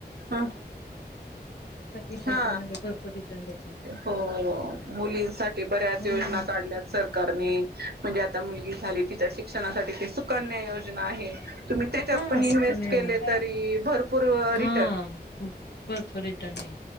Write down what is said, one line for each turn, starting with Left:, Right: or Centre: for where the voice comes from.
Right: ह
Left: पण एस
Right: हा
Left: आय पी मध्ये भरपूर रिटर्न देत आहे.
Right: हो मुलींसाठी. बऱ्याच
Left: हम्म
Right: योजना काढल्या सर कारनी म्हणजे आता मुगी झाली तिच्या शिक्षणासाठी. सुकन्या योजना आहे, तुमी त्याच्यात
Left: हा
Right: पण इन्व्हेस्ट
Left: सुकन्या योजना.
Right: केलेतरी भरपूर री
Left: हा भरपर रिटर्न आहे